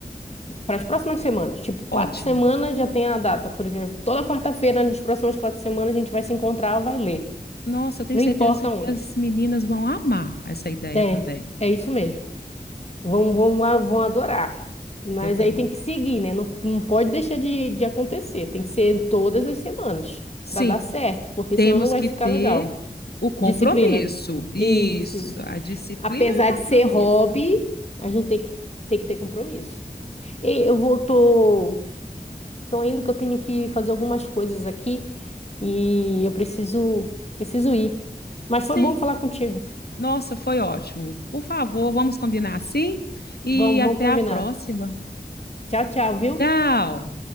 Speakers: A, on the left (about 40°); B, on the left (about 80°).
A: para as próximas semanas. Tipo, quarta
B: ótimo.
A: semana já tem a data. Por exemplo, toda quarta-feira, nas próximas quatro semanas, a gente vai se encontrar, vai ler.
B: Nossa, eu tenho
A: Não
B: certeza
A: importa onde.
B: que as meninas vão amar essa ideia
A: É,
B: também.
A: é isso mesmo. Vão, vão, a- vão adorar. Mas
B: Eu também.
A: aí tem que seguir, né? Não, não pode deixar de, de acontecer. Tem que ser todas as semanas
B: Sim,
A: para dar certo, porque
B: temos
A: senão não vai
B: que
A: ficar
B: ter
A: legal.
B: o compromisso.
A: Disciplina.
B: Isso,
A: Isso, isso.
B: a disciplina
A: Apesar
B: e o compromisso.
A: de ser hobby, a gente tem que, tem que ter compromisso. E eu vou, tô, tô indo que eu tenho que fazer algumas coisas aqui e eu preciso, preciso ir. Mas
B: Sim,
A: foi bom falar contigo.
B: nossa, foi ótimo. Por favor, vamos combinar assim e
A: Vamos,
B: até
A: vamos combinar.
B: a próxima.
A: Tchau, tchau, viu?
B: Tchau!